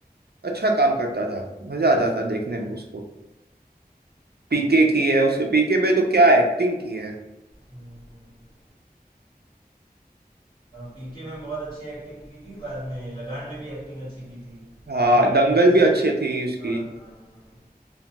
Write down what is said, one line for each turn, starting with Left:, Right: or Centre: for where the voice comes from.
Right: अच्छा काम करता था मजा आता था देखने में उसको पीके की है उसने पीके में तो क्या एक्टिंग की है
Left: हम्म, पीके में बहुत अच्छी एक्टिंग की थी बाद में लगान में भी एक्टिंग अच्छी की थी
Right: हाँ
Left: Three idiots
Right: दंगल भी अच्छी थी उसकी
Left: हाँ हाँ हाँ